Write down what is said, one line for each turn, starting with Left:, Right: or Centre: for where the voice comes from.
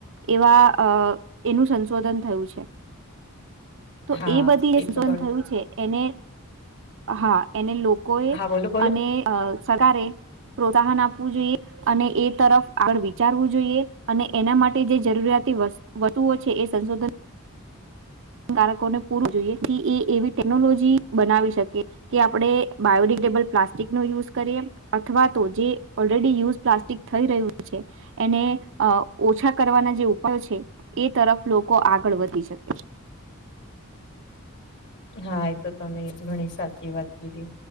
Right: એવા અહ એનું સંશોધન થયું છે. તો
Left: હા
Right: એ બધીય સંસોધન
Left: તો ઘણી
Right: થયું છે. એને હા એને લોકોએ
Left: હા બોલો બોલો.
Right: અને અહ સરકારે પ્રોત્સાહન આપવું જોઈએ અને એ તરફ આગળ વિચારવું જોઈએ અને એના માટે જે જરૂરિયાતી વસ્તુ ઓ છે એ સંશોધન બાળકોને પૂરું જોઈએ એથી એ એવી ટેકનોલોજી બનાવી શકે. કે આપણે બાયોડિગેબલ પ્લાસ્ટિક નો યુઝ કરીએ. અથવા તો જે ઓલરેડી યુઝ પ્લાસ્ટિક થઈ રહ્યું છે. એને અહ ઓછા કરવાના જે ઉપાયો છે. એ તરફ લોકો આગળ વધી શકે.
Left: હા એ તો તમે ઘણી સાચી વાત કીધી